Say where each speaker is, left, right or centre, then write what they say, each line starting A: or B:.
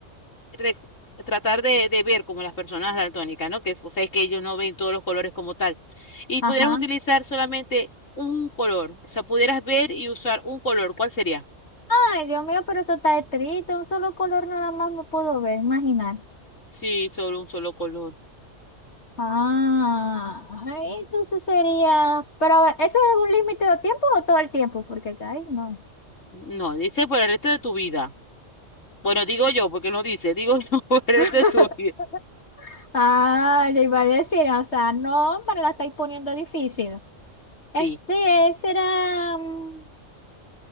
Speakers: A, on the left; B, on the left.
A: re- tratar de, de ver como las personas daltónicas, ¿no? Que, es- o sea, es que ellos no ven todos los colores como tal. Y
B: Ajá.
A: pudieras utilizar solamente un color, o sea, pudieras ver y usar un color, ¿cuál sería?
B: Ay, Dios mío, pero eso está triste. Un solo color nada más me puedo ver, imaginar.
A: Sí, solo un solo color.
B: Ah, ay, entonces sería. Pero, ¿eso es un límite de tiempo o todo el tiempo? Porque, ay, no.
A: No, dice por el resto de tu vida. Bueno, digo yo, porque no dice, digo yo <laughs> por el
B: <laughs>
A: resto de tu vida.
B: Ah, ya iba a decir, o sea, no, me la estáis poniendo difícil.
A: Sí,
B: Este será, mm,